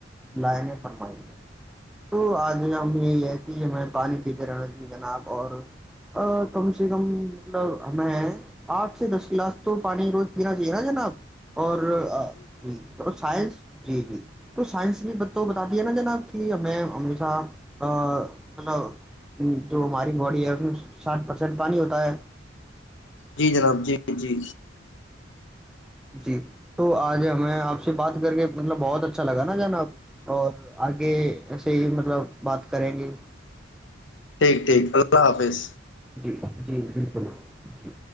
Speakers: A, in the centre; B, on the left (about 75°).
A: لائن ہے فرمائی گے تو آج ہم یہی ہے کہ ہمیں پانی پیتے رہنے چے جناب اور کم سے کم مطلب ہمیں آٹھ سے دس کلاس تو پانی روز پین چاہے نا جناب اور جی سائنس جی جی تو سائنس بھی تو بتا دیا نا جنا کہ ہمیں ہمیشہ مطلب جو ہماری باڈی ہے اس میں ساٹ پرسینٹ پانی ہوتا ہے
B: جی جناب جی جی
A: جی تو آج ہمیں آپ سے بات کر کے مطلب بہت اچھا لگ نا جان آپ اور آگے ایسے ہی مطلب بات کریں گے
B: ٹھیک ٹھیک
A: جی
B: اللہ حافظ
A: جی جی بالکل جی